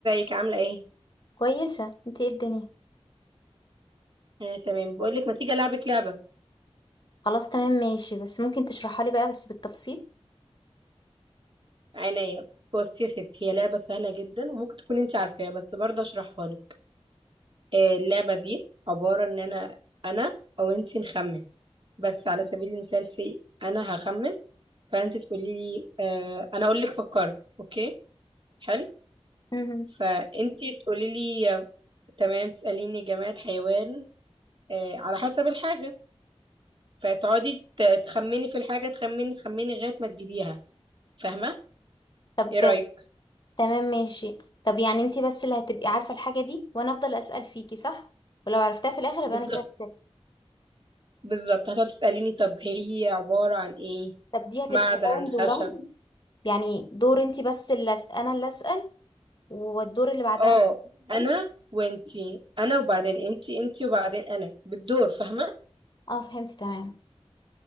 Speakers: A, on the right (about 50°); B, on the left (about 45°).
A: ازيك عاملة ايه؟
B: كويسة انت ايه الدنيا
A: آه تمام بقولك ما تيجي ألعبك لعبة
B: خلاص تمام ماشي بس ممكن تشرحها لي بقى بس بالتفصيل
A: عينيا بصي يا ستي هي لعبة سهلة جدا وممكن تكون انت عارفاها بس برضه اشرحها لك آه اللعبة دي عبارة ان انا انا او انت نخمن بس على سبيل المثال سي انا هخمن فانت تقولي لي آه انا اقول لك فكرت اوكي حلو
B: مهم.
A: فانت تقولي لي آه، تمام تسأليني جماد حيوان آه على حسب الحاجة فتقعدي ت- تخمني في الحاجة تخمني تخمني لغاية ما تجيبيها فاهمة؟
B: طب
A: ايه رأيك؟
B: تمام ماشي طب يعني انت بس اللي هتبقي عارفة الحاجة دي وانا افضل اسأل فيكي صح ولو عرفتها في الاخر يبقى
A: بالظبط
B: انا كده كسبت
A: بالظبط هتقعد تسأليني طب هي عبارة عن ايه
B: طب دي هتبقى
A: معدن
B: راوند
A: خشب
B: وراوند يعني دور انت بس اللي أس... انا اللي اسأل والدور اللي بعدها
A: اه انا
B: تسألي
A: وانتي انا وبعدين انتي انتي وبعدين انا بالدور فاهمة
B: اه فهمت تمام